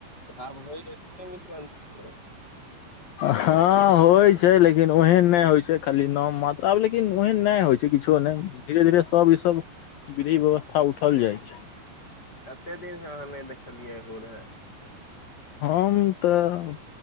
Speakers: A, on the left (about 25°); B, on the left (about 80°).
A: भा भै ने मिश मन <unintelligible>
B: हँ होइ छै लेकिन ' लेकिन ओहन नहि होइ छै खाली नाम मात्रा आब लेकिन ओहन नहि होइ छै किछो नहि धीरे धीरे सभ इसभ विधी व्यवस्था उठल जाइ छै।
A: कते दिनसँ अहाँ नहि देखलियै हूर हाय
B: हम तऽ